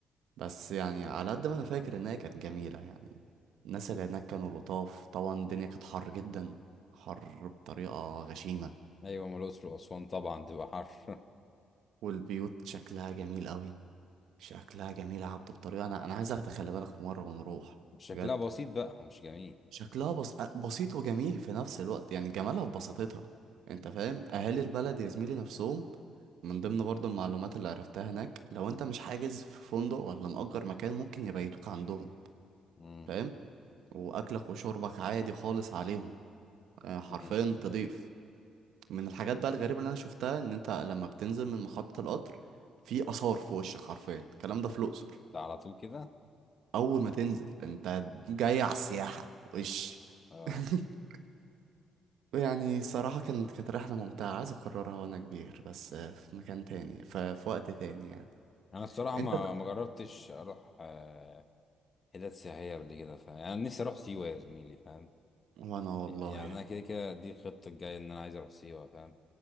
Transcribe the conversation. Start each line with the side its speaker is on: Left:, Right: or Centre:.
Right: بس يعني على قد ما أنا فاكر إن هي كانت جميلة يعني الناس اللي هناك كانوا لطاف طبعا الدنيا كانت حر جدا حر بطريقة غشيمة
Left: ايوه ما الاقصر واسوان طبعا تبقى حر
Right: والبيوت شكلها جميل قوي شكلها جميل يا عبدو بطريقة أنا أنا عايز أخدك خلي بالك في مرة ونروح
Left: <laughs> شكلها
Right: بجد
Left: بسيط بقى مش جميل
Right: شكلها بس... بسيط وجميل في نفس الوقت يعني جمالها في بساطتها انت
Left: امم
Right: فاهم اهالي البلد يا زميلي نفسهم من ضمن برضه المعلومات اللي عرفتها هناك لو انت مش حاجز في فندق ولا مأجر مكان ممكن يبيتوك عندهم
Left: امم
Right: فاهم واكلك وشربك عادي خالص عليهم آه، حرفيا
Left: أمم، أمم.
Right: تضيف من الحاجات بقى الغريبة اللي انا شفتها ان انت لما بتنزل من محطة القطر في آثار في وشك حرفيا الكلام ده في الأقصر
Left: ده على طول كده
Right: اول ما تنزل انت جاي على السياحة وش
Left: اه
Right: <laughs> يعني صراحة كانت كانت رحلة ممتعة عايز أكررها وأنا كبير بس آه، في مكان تاني ف- في وقت تاني يعني
Left: انا الصراحه
Right: أنت
Left: ما ما جربتش اروح آه، حتت سياحيه قبل كده فاهم يعني أنا نفسي اروح سيوه يا زميلي فاهم؟
Right: وأنا والله
Left: يعني
Right: يعني
Left: انا كده كده دي الخطه الجايه ان انا عايز اروح سيوه فاهم